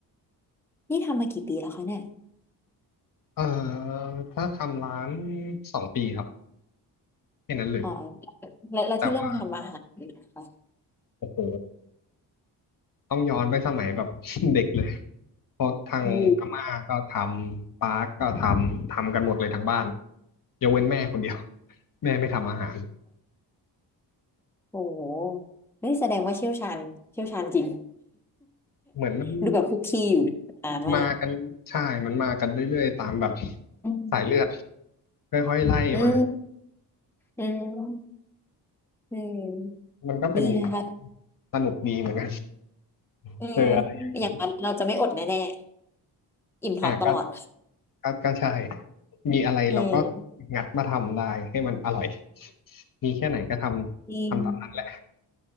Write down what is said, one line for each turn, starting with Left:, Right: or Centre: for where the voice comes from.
Centre: นี่ทำมากี่ปีแล้วคะเนี่ย
Left: เอ่อถ้าทำร้านสองปีครับแค่นั้นเลย
Centre: อ๋อแล้วแล้วที่เริ่มทำอาหารนะคะ
Left: แต่ว่าโอ้โหต้องย้อนไปสมัยแบบ <laughs> เด็กเลยเพราะทางอาม่าก็ทำป้าก็ทำทำกันหมดเลยทั้งบ้าน
Centre: อืม
Left: ยกเว้นแม่คนเดียว <laughs> แม่ไม่ทำอาหาร
Centre: โอ้โหนี่แสดงว่าเชี่ยวชาญเชี่ยวชาญจริง
Left: เหมือนมัน
Centre: <laughs> ดูแบบคุกคีอยู่นานมาก
Left: มากันใช่มันมากันเรื่อยๆตามแบบ
Centre: อืม
Left: สายเลือดค่อยๆไล่มา
Centre: อืมอืมอืมดีนะคะ
Left: มันก็เป็นสนุกดีเหมือนกัน <laughs>
Centre: อืม
Left: เจออะไรอย่างนี้
Centre: อย่างนั้นเราจะไม่อดแน่ๆอิ่มท้องตลอด
Left: อ่ะก็ ก็ก็ใช่ มีอะไรเราก็
Centre: อืม
Left: งัดมาทำได้ให้มันอร่อยมีแค่ไหนก็ทำทำตามนั้นแหละ
Centre: จริง